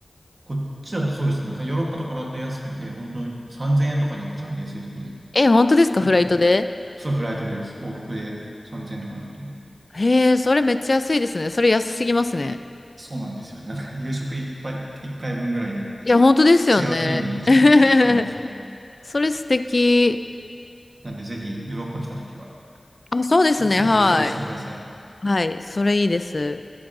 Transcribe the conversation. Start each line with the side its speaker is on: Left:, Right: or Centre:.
Right: こっちだとそうです。なんかヨーロッパとかだと安くて、本当3000円とかで行けちゃうんで、安い時に
Left: え、本当ですかフライトで
Right: 見ると。そう、フライトでです。往復で3000円とかなんで。
Left: へえ、それめっちゃ安いですね。それ安すぎますね。
Right: そうなんですよね。なんか夕食いっぱい、1回分ぐらいで
Left: いや、本当ですよね。
Right: 違う国に行けちゃうっていう、
Left: <laughs>
Right: そうなんですよ。
Left: それ素敵。
Right: なんでぜひヨーロッパ来た時は
Left: あ、そうですね。
Right: たくさん旅行してください。
Left: はい。はい。それいいです。